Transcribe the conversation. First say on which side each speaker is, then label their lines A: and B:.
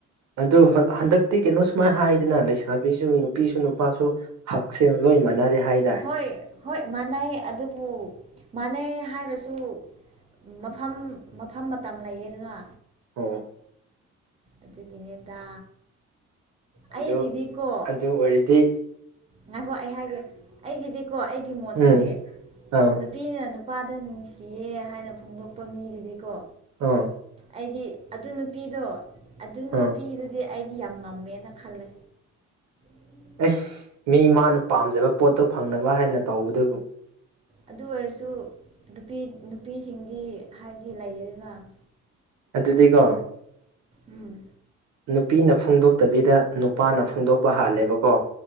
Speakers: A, on the right (about 60°); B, on the right (about 20°).
A: ꯑꯗꯨ ꯍꯟꯗꯛꯇꯤ ꯀꯩꯅꯣ ꯁꯨꯃꯥꯏꯅ ꯍꯥꯏꯗꯅ ꯂꯩꯁꯥꯕꯤꯁꯨ ꯅꯨꯄꯤꯁꯨ ꯅꯨꯄꯥꯁꯨ ꯍꯛꯁꯦ ꯂꯣꯏ ꯃꯥꯅꯔꯦ ꯍꯥꯏꯗꯥꯏ
B: ꯍꯣꯏ ꯍꯣꯏ ꯃꯥꯟꯅꯩ ꯑꯗꯨꯕꯨ ꯃꯥꯟꯅꯩ ꯍꯥꯏꯔꯁꯨ ꯃꯐꯝ ꯃꯐꯝ ꯃꯇꯝ ꯂꯩꯌꯦꯗꯅ
A: ꯑꯣ
B: ꯑꯗꯨꯒꯤꯅꯦꯗꯥ
A: ꯑꯗꯨ
B: ꯑꯩꯒꯤꯗꯤꯀꯣ
A: ꯑꯗꯨ ꯑꯣꯏꯔꯗꯤ
B: ꯉꯥꯏꯈꯣ ꯑꯩ ꯍꯥꯏꯒꯦ ꯑꯩꯒꯤꯗꯤꯀꯣ ꯑꯩꯒꯤ ꯃꯣꯠꯇꯥꯗꯤ
A: ꯎꯝ ꯑꯥ
B: ꯅꯨꯄꯤꯅ ꯅꯨꯄꯥꯗ ꯅꯨꯡꯁꯤꯌꯦ ꯍꯥꯏꯅ ꯐꯣꯡꯗꯣꯛꯄ ꯃꯤꯗꯨꯗꯤꯀꯣ
A: ꯑꯥ
B: ꯑꯩꯗꯤ ꯑꯗꯨ ꯅꯨꯄꯤꯗꯣ ꯑꯗꯨ ꯅꯨꯄꯤꯗꯨꯗꯤ
A: ꯑꯥ
B: ꯑꯩꯗꯤ ꯌꯥꯝ ꯉꯝꯃꯦꯅ ꯈꯜꯂꯦ <unintelligible>
A: ꯏꯁ ꯃꯤ ꯃꯥꯅ ꯄꯥꯝꯖꯕ ꯄꯣꯠꯇꯣ ꯐꯪꯅꯕ ꯍꯥꯏꯅ ꯇꯧꯕꯗꯨꯕꯨ
B: ꯑꯗꯨ ꯑꯣꯏꯔꯁꯨ ꯅꯨꯄꯤ ꯅꯨꯄꯤꯁꯤꯡꯗꯤ ꯍꯥꯏꯕꯗꯤ ꯂꯩꯌꯦꯗꯥꯅ
A: ꯑꯗꯨꯗꯤ ꯀꯣ
B: ꯎꯝ
A: ꯅꯨꯄꯤꯅ ꯐꯣꯡꯗꯣꯛꯇꯕꯤꯗ ꯅꯨꯄꯥꯅ ꯐꯣꯡꯗꯣꯛꯄ ꯍꯥꯜꯂꯦꯕꯀꯣ